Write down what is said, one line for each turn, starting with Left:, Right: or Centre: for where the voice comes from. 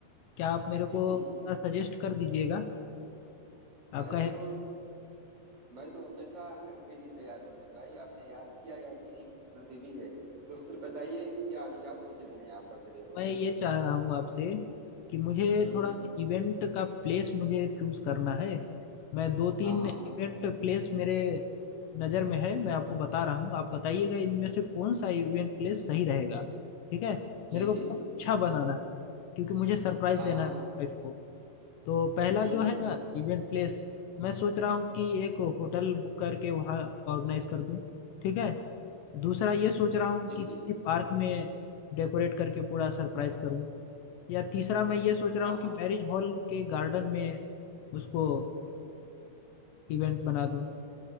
Left: क्या आप मेरे
Right: जी
Left: को
Right: जी जी
Left: सजेस्ट कर दीजिएगा आपका
Right: मैं तो मैं तो हमेशा के लिए तैयार हूँ मेरे भाई आपने याद किया यह मेरी खुशनसीबी है तो फिर बताइए क्या क्या सोच रहे हैं आप बर्थडे को
Left: मैं
Right: लेकर
Left: ये चाह रहा हूँ आपसे कि मुझे
Right: हम्म
Left: थोड़ा
Right: हम्म
Left: इवेंट का प्लेस मुझे चूज करना है मैं दो तीन
Right: हाँ हाँ
Left: इवेंट प्लेस मेरे नज़र में है मैं आपको बता रहा हूँ आप बताइएगा इनमें से कौन सा इवेंट प्लेस सही रहेगा ठीक है
Right: जी
Left: मेरे को बहुत
Right: जी
Left: अच्छा बनाना है क्योंकि मुझे सरप्राइज
Right: हाँ
Left: देना
Right: हाँ
Left: है वाइफ को तो पहला
Right: हम्म
Left: जो है
Right: हम्म
Left: ना इवेंट प्लेस मैं सोच रहा हूँ कि एक होटल बुक करके वहाँ ऑर्गेनाइज कर दूँ ठीक है दूसरा ये सोच रहा हूँ
Right: जी
Left: कि किसी
Right: जी
Left: पार्क में डेकोरेट करके पूरा सरप्राइज करूँ या तीसरा मैं ये सोच रहा
Right: हाँ
Left: हूँ कि
Right: हाँ
Left: मैरिज हॉल के गार्डन में उसको इवेंट बना दूं